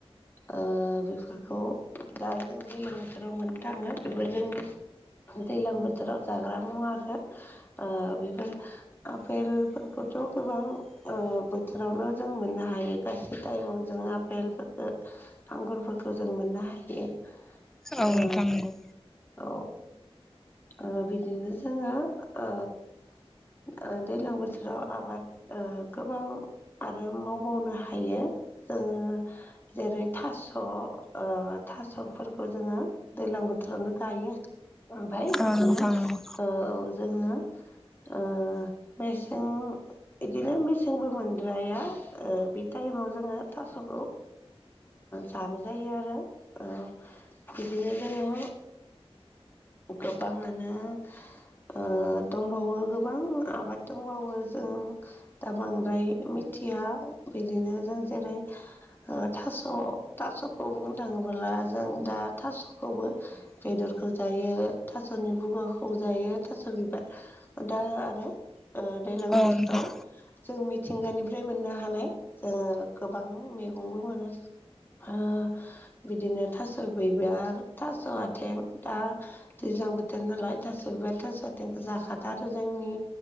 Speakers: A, on the left; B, in the centre.
A: ओ बेफोरखौ दा जों दैलां बोथोराव मोननो थाङो बेफोर जोंनि दैलां बोथोराव जाग्रा मुवा आरो ओ बेफोर आपेलफोरखौ थ' गोबां ओ बोथोरावनो जों मोननो हायो गासै टाइमावनो जों आपेलफोरखो आंगुरफोरखो जों मोननो हायो।
B: औ
A: ओ
B: नोंथां नंगौ।
A: औ ओ बिदिनो जोङो ओ ओ दैलां बोथोराव आबाद ओ गोबां आरो मावबावनो हायो जोङो जेरै थास' ओ थास'फोरखौ जोङो दैलां बोथोरावनो गायो ओमफाय
B: औ
A: बिदिनो
B: नोंथां नंगौ
A: औ जोङो ओ मेसें इदिनो मेसेंबो मोनद्राया ओ बे टाये- माव जोङो थास'खौ ओ जानो जायो आरो ओ बिदिनो जोङो गोबाङानो ओ दंबावो गोबां आबाद दंबावो जों दा बांद्राय मिथिया बिदिनो जों जेरै ओ थास' थास'खौ बुंनो थाङोबोला जों दा थास'खौबो बेदरखौ जायो थास'नि बुगाखौ जायो थास' बिबार दा आरो ओ दैलां बोथोराव
B: औ नोंथां
A: जों मिथिंगानिफ्राय मोननो हानाय जोङो गोबां मैगंबो मोनो। ओ बिदिनो थास' बिबार थास' आथें दा दैज्लां बोथोर नालाय थास' बिबार थास' आथेंखौ जा- खाथारो जोंनि